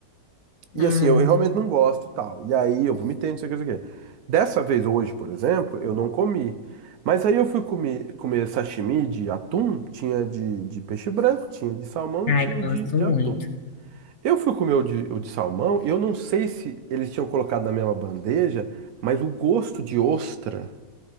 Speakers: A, on the right; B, on the left.
A: E
B: Hum,
A: assim, eu, eu realmente não gosto e tal. E aí eu vomitei, não sei o que, não sei o que. Dessa vez hoje, por exemplo, eu não comi. Mas aí eu fui comer, comer sashimi de atum, tinha de, de peixe branco, tinha de salmão
B: ai,
A: e tinha
B: gosto
A: de, de
B: muito.
A: atum. Eu fui comer o de, o de salmão e eu não sei se eles tinham colocado na mesma bandeja, mas o gosto de ostra